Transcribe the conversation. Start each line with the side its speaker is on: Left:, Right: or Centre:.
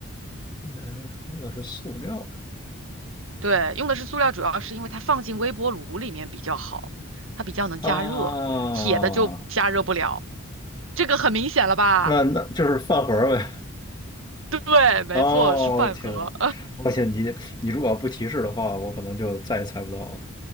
Left: 那是那是塑料
Right: 对，用的是塑料，主要是因为它放进微波炉里面比较好，它比较能加热，
Left: 啊，
Right: 铁的就加热不了，这个很明显了吧？
Left: 那那就是饭盒儿呗。
Right: 对，没错，
Left: 哦，
Right: 是饭盒。
Left: 天呐，而且你你如果不提示的话，我可能就再也猜不到了。